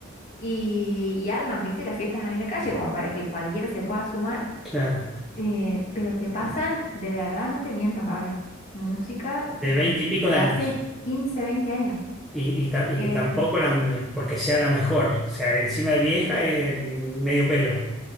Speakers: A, on the left; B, in the centre.
A: y, y arman, viste, las fiestas ahí en la calle, como para que cualquiera se pueda sumar.
B: claro,
A: Eh, pero te pasan, de verdad, no te miento, Pablo, música
B: de
A: mm,
B: veinte y pico
A: de
B: de años.
A: hace 15, 20 años.
B: Y, y ta- y
A: Eh,
B: tampoco la, porque sea la mejor. O sea, encima de vieja es medio pelo.